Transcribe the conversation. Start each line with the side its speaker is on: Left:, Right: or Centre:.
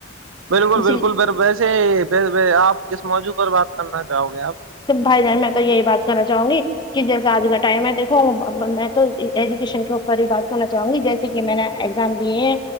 Right: بالکل
Left: اسی
Right: بالکل
Left: لیے
Right: پر ویسے آپ کس موجوع پر بات کرنا چاہو گے آپ
Left: تو بھائی جان میں تو یہی بات کرنا چاہوں گی کہ جیسا آج کا ٹائم ہے دیکھو میں تو ایجوکیشن کے اوپر ہی بات کرنا چاہوں گی جیس کہ میں نے ایگزام دیے ہیں